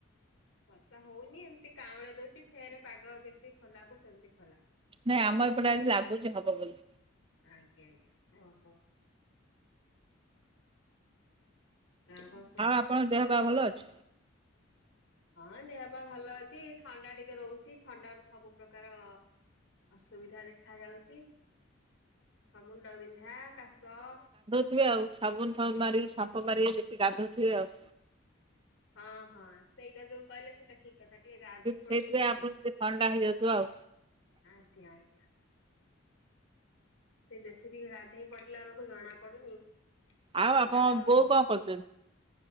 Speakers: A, on the left; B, on the right.
A: ବର୍ଷା ହଉନି ଏମିତି କାଉଁଳି ଦଉଛି ଫେର ପାଗ ଯେମତି ଖୋଲାକୁ ସେମିତି ଖୋଲା।
B: ନାଇଁ ଆମ ଏପଟେ ଆଜି ଲାଗୁଛି ହବ ବୋଲି।
A: ଆଜ୍ଞା ଆଜ୍ଞା ଓହୋ। ଆଉ କଣ କୁହ
B: ଆପଣଙ୍କ
A: <inaudible>
B: ଦେହ ପା ଭଲ ଅଛି?
A: ହଁ ଦେହ ପା ଭଲ ଅଛି ଥଣ୍ଡା ଟିକେ ରହୁଛି ଥଣ୍ଡା ର ସବୁ ପ୍ରକାର। ଅସୁବିଧା ଦେଖ ଯାଉଛି ଫମୁଣ୍ଡ ବିନ୍ଧା କାଶ।
B: ଥିବେ ଆଉ ସାବୁନ ଫନ ମାରିକି ସାମ୍ପ ମାରିକେ ବେଶି ଗାଧୁଥିବେ ଆଉ।
A: ହଁ ହଁ ସେଇଟା ଯୋଉ କହିଲେ ସେଇଟା ଠିକ। କଥା ଟିକେ ଗାଧେଇ
B: ସେଇଥିପାଇଁ
A: ପଡୁଛି ବେଶୀ
B: ଆପଣଙ୍କୁ ଟିକେ ଥଣ୍ଡା ହେଇଯାଉଥିବ ଆଉ।
A: ଆଜ୍ଞା ଆଜ୍ଞା। ସେଇ ବେଶୀ ଟିକେ ଗାଧେଇ ପଡିଲା ବେଳକୁ ଜଣା ପଡୁନି ଥଣ୍ଡା
B: ଆଉ ଆପଣଙ୍କ
A: ଟା ରହିଯାଉଛି।
B: ବୋଉ କଣ କରୁଛନ୍ତି?